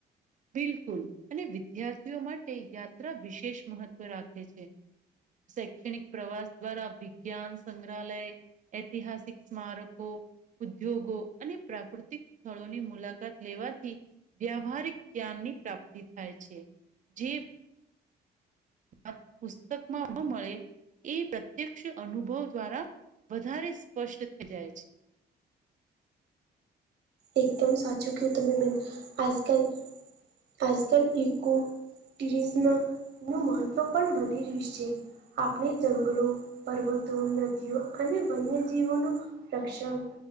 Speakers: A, on the right (about 45°); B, on the right (about 70°).
A: બિલકુલ અને વિદ્યાર્થીઓ માટે યાત્રા વિશેષ મહત્વ રાખે છે. શૈક્ષણિક પ્રવાસ દ્વારા વિજ્ઞાન સંગ્રહાલય ઐતિહાસિક સ્મારકો ઉદ્યોગો અને પ્રાકૃતિક સ્થળોની મુલાકાત લેવાથી વ્યવહારિક જ્ઞાનની પ્રાપ્તિ થાય છે જે અ પુસ્તકમાં ન મળે એ પ્રત્યક્ષ અનુભવ દ્વારા વધારે સ્પષ્ટ થઈ જાય છે.
B: એકદમ સાચું કેવ તમે બેન આજ કલ આજ કલ ઇકો ટિરિસમા નું મહત્ત્વ પણ વધી રીહ્યું છે. આપણે જંગલો પર્વતો નદીઓ અને વન્યજીવોનો રક્ષણ,